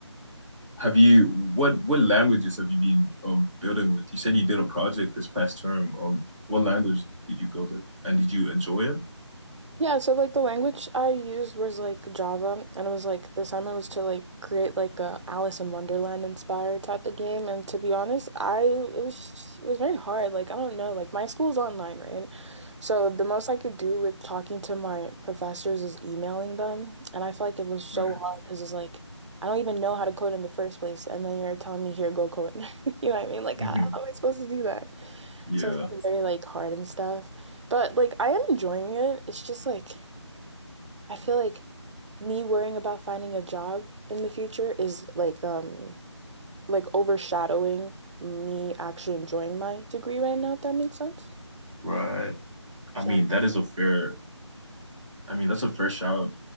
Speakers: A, in the centre; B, on the right (about 75°).
A: have you what what languages have you been um building with? You said you did a project this past term. Um what language did you build in and did you enjoy it?
B: Yeah, so like the language I used was like Java, and it was like the assignment was to like create like a Alice in Wonderland inspired type of game. And to be honest, I it was it was very hard. Like I don't know, like my school's online, right? So the most I could do with talking to my professors is emailing them, and I feel like it was so
A: Right.
B: hard because it's like I don't even know how to code in the first place, and then you're telling me here, go code. <laughs> You know what I mean? Like,
A: <laughs>
B: how how am I supposed to do that?
A: Yeah,
B: So it's been very like hard and stuff. But like I am enjoying it. It's just like I feel like me worrying about finding a job in the future is like um like overshadowing me actually enjoying my degree right now, if that makes sense.
A: right. I
B: So
A: mean, that is a fair, I mean, that's a fair shout.